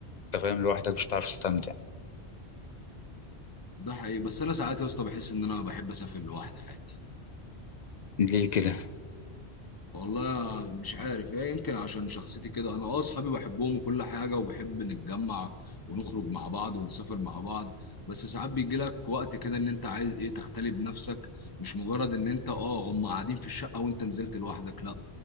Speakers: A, on the left; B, on the left.
A: انت فاهم لوحدك مش هتعرف تستمتع
B: ده حقيقي بس انا ساعات يا اسطى بحس ان انا بحب اسافر لوحدي عادي
A: ليه كده
B: والله مش عارف ايه يمكن عشان شخصيتي كده انا اه اصحابي بحبهم وكل حاجه وبحب نتجمع ونخرج مع بعض ونسافر مع بعض بس ساعات بيجي لك وقت كده ان انت عايز ايه تختلي بنفسك مش مجرد ان انت اه هم قاعدين في الشقه وانت نزلت لوحدك لا